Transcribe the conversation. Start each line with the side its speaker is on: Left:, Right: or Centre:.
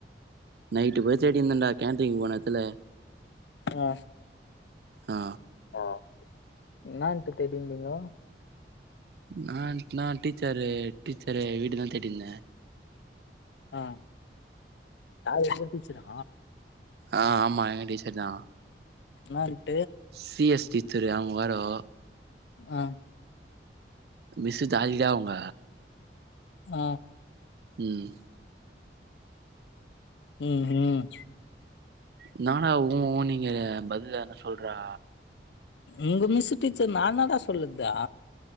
Right: நைட்டு போய் தேடிந்தன்டா கேன்டீன் போன எத்துல
Left: ஆ
Right: அ
Left: அ இன்னாதுக் தேடின்ந்திங்கோ
Right: இன்னான்ட்னா டீச்சரு டீச்சரு வீடுதா தேடின்ந்த
Left: அ யாரு உங்க டீச்சரா
Right: அ ஆமா எங்க டீச்சர் தா
Left: நாளிக்
Right: சிஎஸ் டீச்சரு அவுங் வேரோ
Left: அ
Right: மிஸ்ஸு <unintelligible> அவுங்க
Left: அ
Right: ம்
Left: ம் ம்
Right: ன்னாடா உ உ ன்ங்கிற பதுல் எதுனா சொல்றா
Left: உங்க மிஸ்ஸு டீச்சர் நான்னடா சொல்லுதா